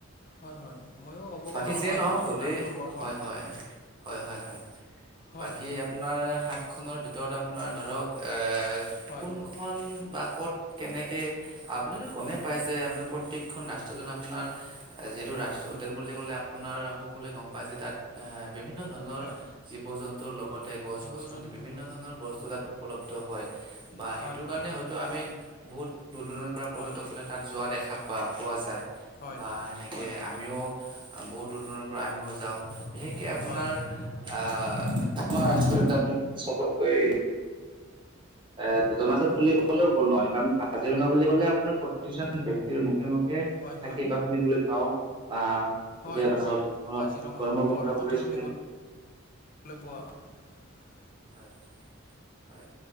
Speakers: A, on the left; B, on the right.
A: হয়', হয়', ময়ো অৱগত
B: বাকী যিয়ে
A: নহয়
B: নহওক
A: ইমান
B: যদি
A: আঠ নম্বৰখন।
B: হয় হয় হয়', হয়', হয়',
A: হয়
B: বাকী আপোনাৰ সাত খনৰ ভিতৰত আপোনাৰ ধৰক এ
A: হয়
B: কোনখন বা ক'ত, কেনেকে আপুনি টো গমেই পায় যে আপোনাৰ প্ৰত্যেকখন ৰাষ্ট্ৰত আপোনাৰ যিহেতু
A: হয়
B: ৰাষ্ট্ৰীয় উদ্যান বুলি ক'লে আপোনাৰ সকলোৱে গম পায়। যে তাত আহ বিভিন্ন ধৰণৰ
A: হয়
B: জীৱ -জন্তুৰ লগতে গছ
A: জীৱ
B: -গছনি
A: জন্তু
B: বিভিন্ন
A: হয়
B: ধৰণৰ বস্তু তাত উপলব্ধ হয়। বা
A: হয়
B: সেইটো
A: হয়
B: কাৰণে মানে হয়তো আমি বহুত দূৰ দূৰণিৰ পৰা পৰ্যটক
A: হয়
B: বিলাক তাত যোৱা দেখা পোৱা যায়।
A: হয়
B: বা সেনেকে
A: হয়
B: আমিও বহুত দূৰ দূৰণিৰ পৰা আমিও যাওঁ। বিশেষকৈ আপোনাৰ
A: হয়
B: আহ', অসমৰ ৰাষ্ট্ৰীয় উদ্যান চবতকৈ এ, জনাজাত
A: হয়
B: বুলি ক'লেও ভুল নহয়। কাৰণ কাজিৰঙা বুলি ক'লে আপোনাৰ প্ৰত্যেকজন ব্যক্তিৰ মুখত। মুখে
A: হয়
B: থাকী
A: হয়
B: বাহ শুনিবলৈ পাওঁ। বা,
A: হয়
B: এতিয়া ধৰক
A: কাজিৰঙাৰ
B: গৰমৰ বন্ধ
A: গড়ৰ কথা
B: পৰিছে।
A: শুনিবলৈ <inaudible>
B: হয়, হয়।